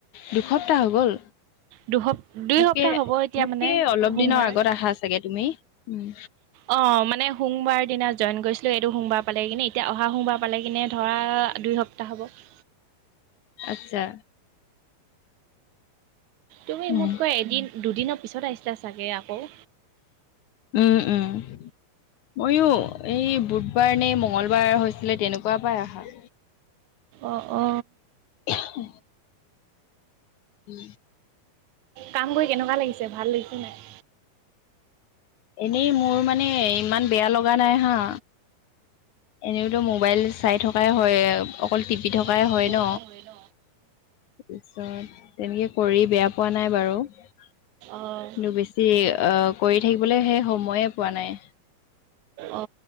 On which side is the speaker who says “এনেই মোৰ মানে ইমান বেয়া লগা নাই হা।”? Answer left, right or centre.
Left